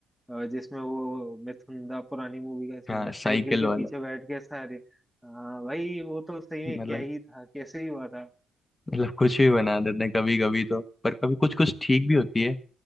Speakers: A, in the centre; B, on the left (about 20°).
A: अ, जिसमें वो मिथुंदा पुरानी मूवी का सीन
B: हाँ
A: है साइकिल
B: साइकिल
A: के
B: वाला
A: पीछे बैठ के सारे हाँ भाई वो तो सही में
B: मतलब
A: क्या ही था कैसे ही हुआ था
B: मतलब कुछ भी बना देते हैं कभी कभी तो पर कभी कुछ कुछ ठीक भी होती है